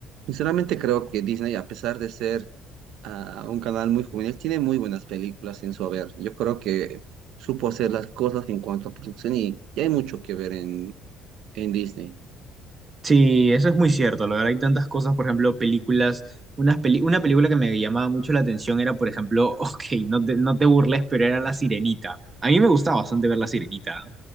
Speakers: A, on the right (about 65°); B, on the right (about 20°).
A: Sinceramente creo que Disney, a pesar de ser ah, un canal muy juvenil, tiene muy buenas películas en su haber. Yo creo que supo hacer las cosas en cuanto a producción y, y hay mucho que ver en, en Disney.
B: Sí, eso es muy cierto. La verdad, hay tantas cosas, por ejemplo, películas. Unas peli- una película que me llamaba mucho la atención era, por ejemplo, <laughs> ok, no te, no te burles, pero era La Sirenita. A mí me gustaba bastante ver La Sirenita.